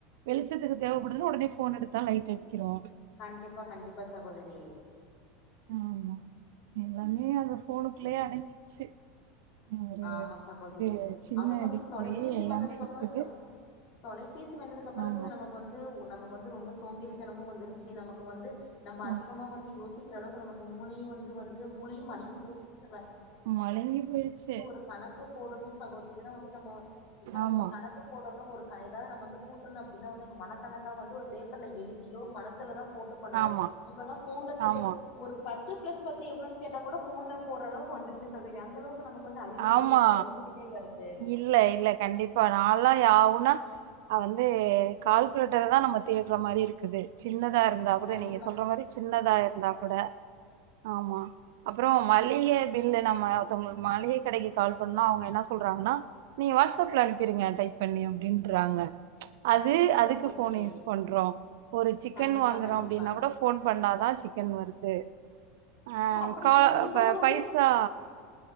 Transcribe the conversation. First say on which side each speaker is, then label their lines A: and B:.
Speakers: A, on the right; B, on the left.
A: வெளிச்சத்துக்கு தேவ படுதுனு உடனே ஃபோன் எடுத்தா லைட் அடிக்கிறோம்
B: கண்டிப்பா கண்டிப்பா சகோதரி
A: ஆமா. எல்லாமே அந்த ஃபோனுக்குள்ளயே அடங்கிருச்சு ஒரு
B: ஆமா சாகோதரி
A: இது சின்ன
B: அதுவு வந்துட்டு
A: இதுக்குள்ளயே
B: தொலைபேசி
A: எல்லாமே
B: வந்ததுக்கு
A: இருக்குது.
B: அப்பறோ சொல் தொலைபேசி வந்ததுக்கு அப்பறோ
A: ஆமா.
B: ச நமக்கு வந்து நமக்கு வந்து ரொம்ப சோம்பேரி தனமு வந்துருச்சி நமக்கு வந்து நம்ப அதிகமா
A: ம்
B: வந்து யோசிக்கிற அளவுக்கு நமக்கு மூளையு வந்து வந்து மூளையு மளுங்கி போச்சுன்னு சொன்ன
A: மழுங்கி போயிற்ச்சே
B: ஒரு கணக்கு போடணு சகோதரினா வந்து நம்ம இப்ப நம்ம
A: ஆமா,
B: ஒரு கணக்கு போடனு ஒரு கனிதாவது நம்ம வந்து கூட்டணு அப்டின்னா வந்து மனக் கணக்கா வந்து ஒரு பேப்பர்ல எழுதியோ மனசுல தா போட்டு பண்ணுவ
A: ஆமா.
B: இப்பனா ஃபோன்ல சொல்லு
A: ஆமா
B: ஒரு பத்து பிளஸ் பத்து எவ்ளோனு கேட்டா கூட ஃபோன்ல போட்ற அளவுக்கு வந்துரிச்சு சகோதரி அந்தளவுக்கு நமக்கு வந்து அறிவுங்குறது
A: ஆமா.
B: வந்து கொறைஞ்சிகிட்டே வருது
A: இல்ல இல்ல கண்டிப்பா நாலா யா ஊ னா ஆ வந்து கால்குலேட்டர தா நம்ம தேட்ற மாரி இருக்குது சின்னதா இருந் இருந்தா கூட
B: கண்டிப்பா
A: நீங்க சொல்ற
B: கண்டிப்பா
A: மாரி சின்னதா
B: சகோதரி
A: இருந்தா கூட ஆமா அப்றோ மளிகை பில்ல நம்ம மத்தவங்களுக்கு மளிகை கடைக்கு கால் பன்னா அவுங்க என்னா சொல்றாங்கனா நீங்க வாட்ஸ் அப்ல அனுப்பிருங்க டைப் பண்ணி அப்டின்றாங்க அது
B: கண்டிப்பா
A: அதுக்கு
B: சகோதரி
A: ஃபோன் யூஸ் பண்றோ ஒரு சிக்கன்
B: கண்டிப்பா
A: வாங்குறோ
B: கண்டிப்பா
A: அப்டின்னா கூட ஃபோன் பண்ணா தா சிக்கன் வருது து ஆ
B: ஓ அப்டிங்களா
A: கா
B: நீங்களா
A: பை
B: வந்து
A: பைசா